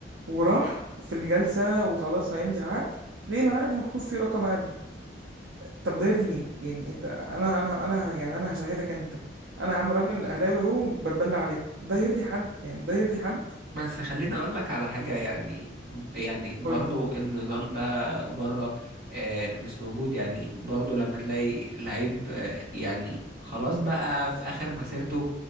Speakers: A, on the right; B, on the right.
A: وراح في الجلسه وخلاص هيمضي العقد ليه العقد مكتوب فيه رقم اقل طب ده يرضي مين يعني انت انا انا انا يعني انا هشاهدك انت انا يا عم راجل اهلاوي اهو بتبلى عليك ده يرضي حد يعني ده يرضي حد
B: بس خليني اقول لك على حاجة يعني يعني برضو
A: قول لي.
B: النظام ده بره آه، مش موجود يعني برضو لما تلاقي لعيب آه، يعني خلاص بقى في اخر مسيرته